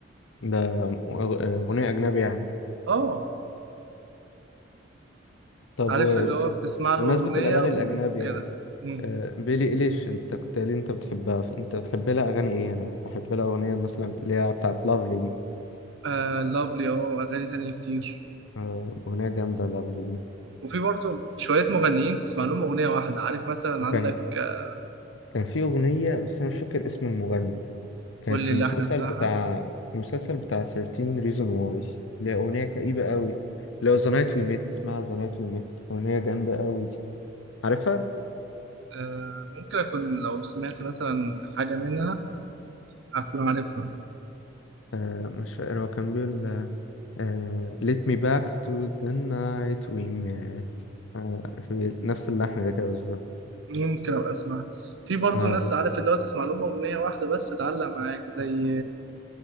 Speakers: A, on the left (about 80°); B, on the right (about 70°).
A: ده أغ- آه، اغنيه اجنبي يعني
B: اه
A: طب
B: عارف
A: و
B: اللي هو بتسمع له
A: بمناسبه
B: أغنية
A: الاغاني
B: وكده
A: الاجنبي يعني
B: مم.
A: آه، بيلي إيليش انت كنت قايل لي انت بتحبها فانت بتحب لها اغاني ايه انا بحب لها اغنيه مثلا اللي هي بتاعت لافلي دي
B: آه لافلي اه أغاني تانية كتير
A: آه، اغنيه جامده لافلي دي
B: وفي برضه شوية مغنيين بتسمع لهم أغنية واحدة عارف مثلا
A: وكان
B: عندك آه،
A: كان في اغنيه بس انا مش فاكر اسم المغني كانت
B: قول
A: في
B: لي اللحن
A: المسلسل
B: بتاعها
A: بتاع المسلسل بتاع 13 reason why ليها أغنية كئيبة قوي لو The Night We Met اسمها The Night We Met أغنية جامدة قوي عارفها؟
B: آه، ممكن أكون لو سمعت مثلا حاجة منها أكون عارفها
A: آه مش فاكر هو كان بيقول آه Let me back to the night we met آه في نفس اللحن ده كده بالظبط
B: ممكن أبقى أسمعها في برضو
A: اه
B: ناس
A: بس
B: عارف اللي هو تسمع لهم أغنية واحدة بس تتعلق معاك زي